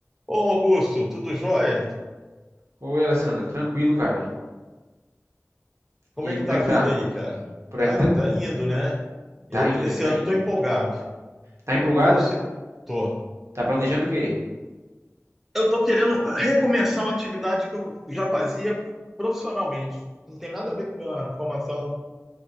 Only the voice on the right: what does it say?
Oi, Alessandro, tranquilo, cara.
E aí,
como
é
que
tá?
Por
aqui tá,
tá indo,
tá
indo.
Tá empolgado?
Tá planejando o quê?